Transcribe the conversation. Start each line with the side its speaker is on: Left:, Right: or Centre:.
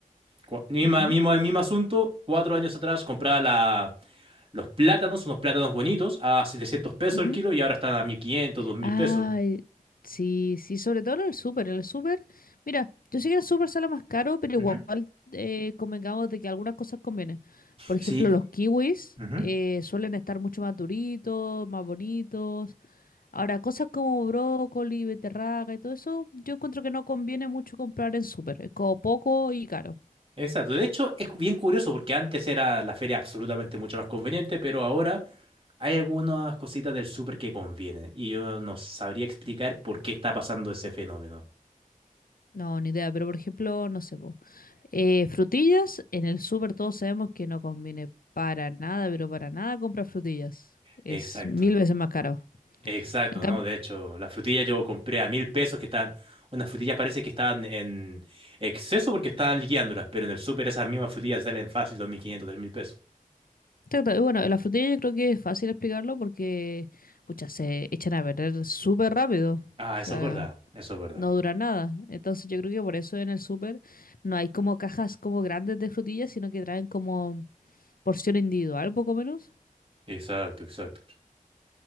Right: Cu- Misma,
Left: Ujú,
Right: mismo, el mismo asunto, cuatro años atrás compraba la- los plátanos, unos plátanos bonitos, a setecientos pesos
Left: ujú.
Right: el kilo y ahora están a mil quinientos dos mil
Left: Ay,
Right: pesos.
Left: sí, sí, sobre todo en el súper, en el súper. Mira, yo sé que el súper sale más caro, pero igual
Right: Ujú,
Left: eh, convengamos de que algunas cosas convienen. Por ejemplo,
Right: Sí,
Left: los kiwis
Right: ujú,
Left: eh, suelen estar mucho más duritos, más bonitos. Ahora, cosas como brócoli, beterraga y todo eso, yo encuentro que no conviene mucho comprar en súper. Es como poco y caro.
Right: exacto. De hecho, es bien curioso porque antes era la feria absolutamente mucho más conveniente, pero ahora hay algunas cositas del súper que convienen y yo no sabría explicar por qué está pasando ese fenómeno.
Left: No, ni idea, pero por ejemplo, no sé, po. Eh, frutillas, en el súper todos sabemos que no conviene para nada, pero para nada comprar frutillas. Es
Right: Exacto.
Left: mil veces más caro.
Right: Exacto,
Left: En cam-
Right: no, de hecho, las frutillas yo compré a mil pesos que estaban, unas frutillas parece que estaban en exceso porque estaban liquidándolas, pero en el súper esas mismas frutillas salen fácil dos mil quinientos tres mil pesos.
Left: Exacto, y bueno, las frutillas yo creo que es fácil explicarlo porque, pucha, se echan a perder súper rápido.
Right: Ah,
Left: O sea,
Right: eso es verdad, eso es verdad.
Left: no dura nada. Entonces yo creo que por eso en el súper no hay como cajas como grandes de frutillas, sino que traen como porción individual, poco menos.
Right: Exacto, exacto.